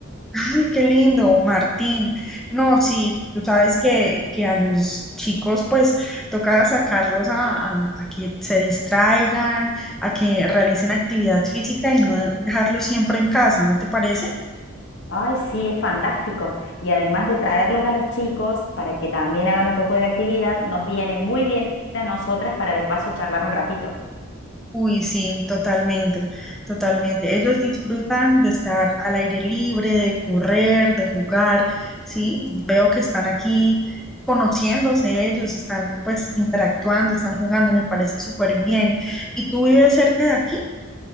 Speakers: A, in the centre; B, on the left.
A: Ay, qué lindo, Martín. No, sí, tú sabes que, que a los chicos pues toca sacarlos a, a, a que se distraigan, a que realicen actividad física y no dejarlos siempre en casa, ¿no te parece?
B: Ay, sí, es fantástico. Y además de traerlos a los chicos para que también hagan un poco de actividad, nos viene muy bien a nosotras para de paso charlar un ratito.
A: Uy, sí, totalmente, totalmente. Ellos disfrutan de estar al aire libre, de correr, de jugar, sí. Veo que están aquí conociéndose ellos, están pues interactuando, están jugando, me parece súper bien. ¿Y tú vives cerca de aquí?